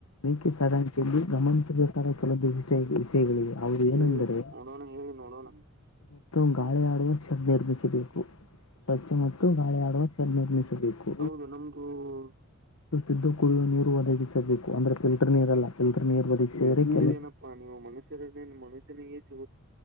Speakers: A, on the left; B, on the right.
A: ಎಕೆ ಸಡನ್ ಚೆನ್ ಜು <unintelligible> ವಿಷೆಗಳಿವೆ ಅವ್ರು ಏನೆಂದರೆ
B: ಹೇಳಿ ನೋಡೋಣ ಹೇಳಿ ನೋಡೋಣ
A: ಮತ್ತು ಗಾಳಿ ಆಡುವ <unintelligible> ಸ್ವಚ್ಛ ಮತ್ತು ಗಾಳಿ ಆಡುವ ನಿರ್ಮಿಸಬೇಕು.
B: ಹೌದು ನಮ್ದು
A: ಶುದ್ದ ಕುಡಿಯುವ ನೀರು ಒದಗಿಸಬೇಕು. ಅಂದ್ರೆ
B: <unintelligible>
A: ಫಿಲ್ಟರ್ ನೀರಲ್ಲ ಫಿಲ್ಟರ್ ನೀರು ಒದಗಿಸಿದರೆ
B: ನಿಮ್ಮ
A: ಕೆಲವು
B: ಮನುಷ್ಯರಿಗೆ ಮನುಷ್ಯನಿಗೆ ತಿ